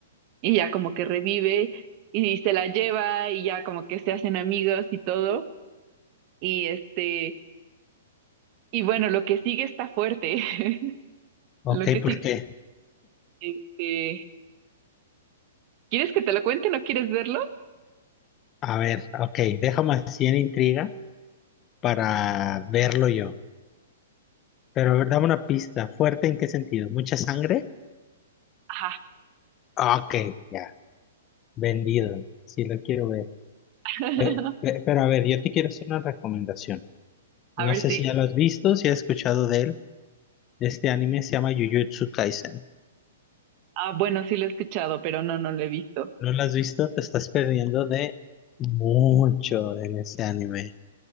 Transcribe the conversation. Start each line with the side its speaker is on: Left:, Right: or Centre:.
Right: y ya como que revive y se la lleva y ya como que se hacen amigos y todo. Y este, Y bueno, lo que sigue está fuerte. <laughs> Lo
Left: Ok,
Right: que sigue,
Left: porque,
Right: este, ¿quieres que te lo cuente? ¿No quieres verlo?
Left: a ver, ok, déjame así en intriga para verlo yo. Pero a ver, dame una pista. ¿Fuerte en qué sentido? ¿Mucha sangre?
Right: Ajá.
Left: Ok, ya, vendido. Sí, lo quiero ver.
Right: <laughs>
Left: Eh, eh, pero a ver, yo te quiero hacer una recomendación. No
Right: A ver
Left: sé
Right: si.
Left: si ya lo has visto, si has escuchado de él. Este anime se llama Jujutsu Kaisen.
Right: Ah, bueno, sí lo he escuchado, pero no, no lo he visto.
Left: no lo has visto, te estás perdiendo de mucho en ese anime.